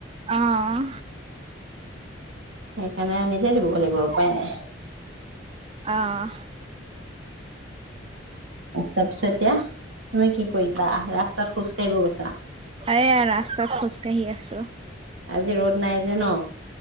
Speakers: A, on the right; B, on the right.
A: আহ,
B: উম, সণে নিজে দিব লাগিব উপায় নাই।
A: অ',
B: তাৰপিছত এতিয়া তুমি কি কৰিবা ৰাস্তাত খোজ কাঢ়িব গৈছা।
A: এয়া ৰাস্তাত খোজ কাঢ়ি আছো।
B: আজি ৰ'দ নাই যে ন?